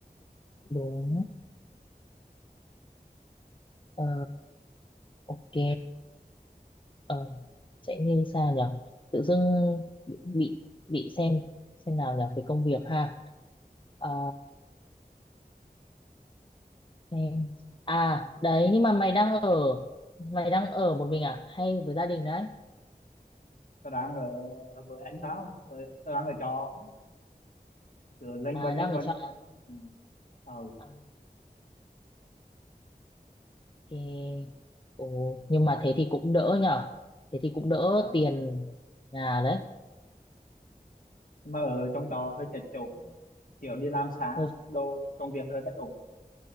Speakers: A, on the left (about 30°); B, on the left (about 65°).
A: đúng ờ, ok ờ, sẽ như sao nhở tự dưng bị bị, bị xem xem nào nhở về công việc ha Ờ, Em. À đấy nhưng mà mày đang ở mày đang ở một mình à hay với gia đình đấy
B: tao đang ở với anh tao tao tao đang ở trọ cứ lên
A: à
B: quanh
A: đang
B: lên quanh
A: ở trọ
B: lên
A: à?
B: quanh ừ. ờ
A: À, ok Ồ, nhưng mà thế thì cũng đỡ nhở thế thì cũng đỡ
B: ờ
A: tiền nhà đấy
B: Nhưng mà ở trong trọ hơi chật chội kiểu đi làm xa
A: thôi
B: đồ công việc hơi bất ổn